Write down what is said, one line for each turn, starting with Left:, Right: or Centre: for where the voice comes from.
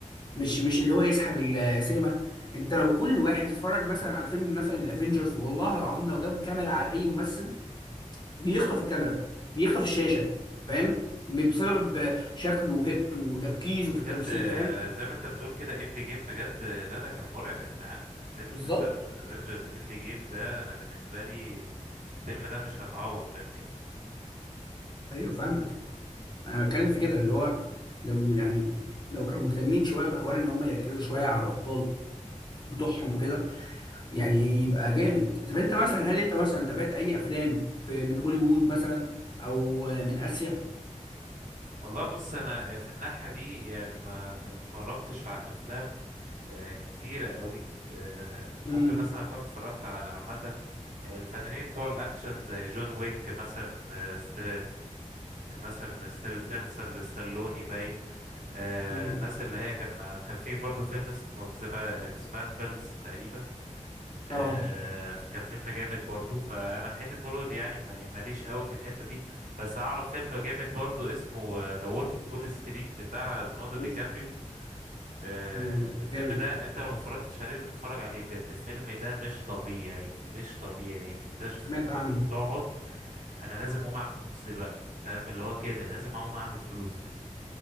Left: مش مش اللي هو يسحب السينما أنت لو كل واحد اتفرج مثلا على فيلم مثلا الأفينجرز والله العظيم لو جاب كاميرا على أي ممثل بيخطف الكاميرا بيخطف الشاشه فاهم بسبب شكله وهيبته وتركيزه
Right: بجد
Left: في التمثيل
Right: آه،
Left: فاهم
Right: زي ما انت بتقول كده اند جيم بجد آه، لا ده كان مرعب يا جدعان فيلم
Left: بالظبط
Right: بالذات افنجرز اند جيم ده انا بالنسبة لي الفيلم ده مش هتعوض فاهمني
Left: ايوه فاهمك انا بتكلم في كده اللي هو لو يعني لو كانوا مهتمين شويه بحوار ان هم يركزوا شويه على الابطال بتوعهم وكده يعني يبقى جامد طب انت مثلا هل انت مثلا تابعت اي افلام في من هوليوود مثلا او من اسيا
Right: والله بص انا في الناحية دي يعني ما اتفرجتش على افلام آه، كتيرة قوي آه، ممكن
Left: امم
Right: مثلا اكون اتفرجت على عامة الفنانين بتوع الاكشن زي جون ويك مثلا آه، ست... مثلا ستيلفينسر ستالوني باين آه،
Left: امم
Right: الناس اللي هي كان كان في برضه فيلم اسمه اكسباندبلز تقريبا آه،
Left: اه
Right: كان فيلم جامد برضو فانا في حته هوليوود يعني ما- ماليش قوي في الحته دي بس اعرف فيلم جامد برضو اسمه ذا وولف اوف وول ستريت بتاع ليوناردو دي
Left: اوف
Right: كابريو آه،
Left: مم.
Right: الفيلم
Left: جامد
Right: ده انت لو ما اتفرجتش عليه لازم تتفرج عليه بجد الفيلم ده مش طبيعي مش طبيعي بيكتشف
Left: سمعت
Right: اللي هو
Left: عنه
Right: انت بتقعد انا لازم اقوم اعمل فلوس دلوقتي فاهم اللي هو كده لازم اقوم اعمل فلوس فاهمني